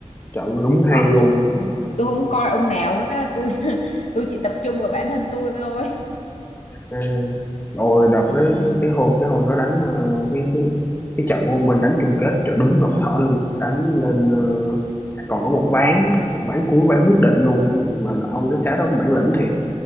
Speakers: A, on the left; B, on the left.
A: trận đúng
B: có
A: hay luôn
B: tôi tôi không coi ông nào hết á tôi <laughs> tôi chỉ tập trung vào bản thân tôi thôi
A: à, rồi đợt
B: <laughs>
A: đó
B: ừ
A: cái, cái hôm cái hôm đó đánh ờ, cái cái cái trận hôm mình đánh chung kết trời đúng ngập thở luôn đánh lên ờ,
B: ừ
A: còn có một ván một ván cuối ván quyết định luôn mà ông đó trái đó bản lĩnh thiệt